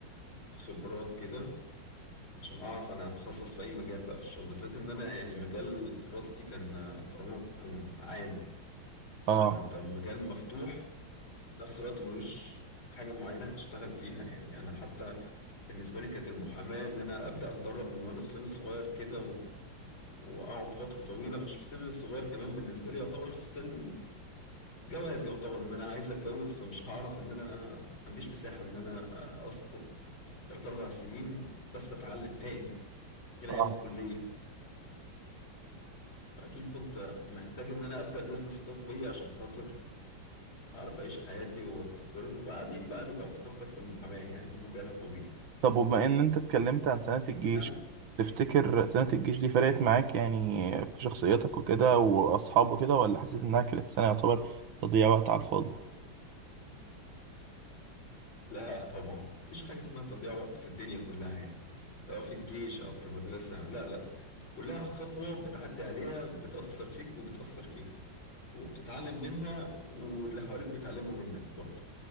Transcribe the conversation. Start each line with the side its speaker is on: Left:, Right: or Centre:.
Left: خبرات كده عشان اعرف انا هتخصص في اي مجال بقى في الشغل بالذات ان انا يعني مجال دراستي كان قانون عام فانت
Right: آه
Left: مجال مفتوح في نفس الوقت ملوش حاجة معينة هتشتغل فيها يعني انا حتى بالنسبة لي كانت المحاماة ان انا ابدا اتدرب من وانا في سن صغير كده و... واقعد فترة طويلة مش في سن صغير كمان بالنسبة لي يعتبر سن جواز يعتبر ان انا عايز اتجوز فمش هعرف ان انا ما عنديش مساحة ان انا اصبر تلات أربع سنين بس أتعلم تاني غير
Right: آه
Left: أيام الكلية فأكيد كنت محتاج إن أنا أبدأ بيزنس خاص بيا عشان خاطر أعرف أعيش حياتي وأستقر وبعدين بقى نبقى نفكر في المحاماة يعني مجالها طويل
Right: طب وبما إن أنت اتكلمت عن سنة الجيش
Left: كلام
Right: تفتكر سنة الجيش دي فرقت معاك يعني في شخصيتك وكده وأصحابه كده ولا حسيت إنها كانت سنة يعتبر تضييع وقت على الفاضي؟
Left: لا طبعا مفيش حاجة اسمها تضييع وقت في الدنيا كلها يعني سواء في الجيش أو في المدرسة لا لا كلها خطوة بتعدي عليها بتأثر فيك وبتأثر فيها وبتتعلم منها واللي حواليك بيتعلموا منك برضه